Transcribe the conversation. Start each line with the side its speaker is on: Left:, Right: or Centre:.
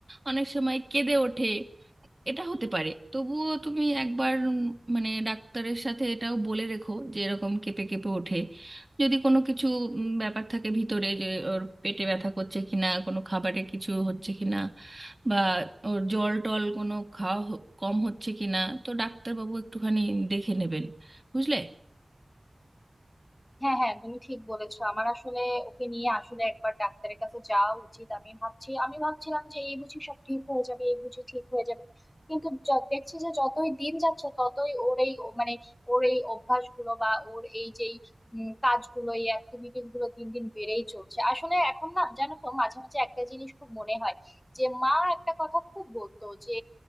Right: অনেক সময় কেঁদে ওঠে এটা হতে পারে তবুও তুমি একবার উম মানে ডাক্তারের সাথে এটাও বলে রেখো যে এরকম কেঁপে কেঁপে ওঠে যদি কোনো কিছু উম, ব্যাপার থাকে ভিতরে যে ওর পেটে ব্যথা করছে কিনা কোনো খাবারে কিছু হচ্ছে কিনা বা ওর জল টল কোনো খাওয়া হ- কম হচ্ছে কিনা তো ডাক্তারবাবু একটুখানি দেখে নেবেন বুঝলে
Left: হ্যাঁ হ্যাঁ তুমি ঠিক বলেছো আমার আসলে ওকে নিয়ে আসলে একবার ডাক্তারের কাছে যাওয়া উচিত আমি ভাবছি আমি ভাবছিলাম যে এই বুঝি সব ঠিক হয়ে যাবে এই বুঝি ঠিক হয়ে যাবে কিন্তু য- দেখছি যে যতই দিন যাচ্ছে ততই ওর এই ও মানে ওর এই অভ্যাসগুলো বা ওর এই যেই উম, কাজগুলো এই অ্যাক্টিভিটিস গুলো দিন দিন বেড়েই চলছে আসলে এখন না জানো তো মাঝে মাঝে একটা জিনিস খুব মনে হয় যে মা একটা কথা খুব বলতো যে